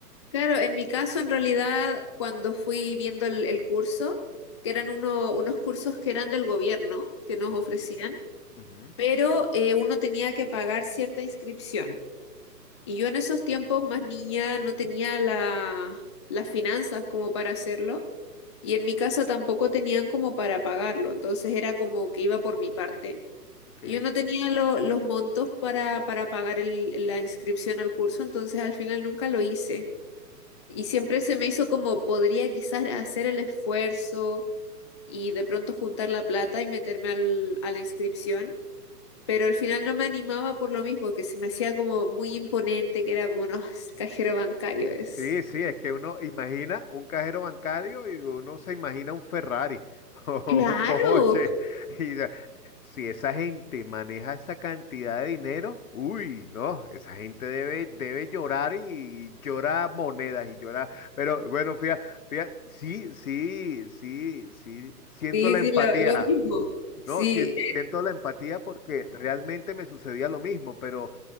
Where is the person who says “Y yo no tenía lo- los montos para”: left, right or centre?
Left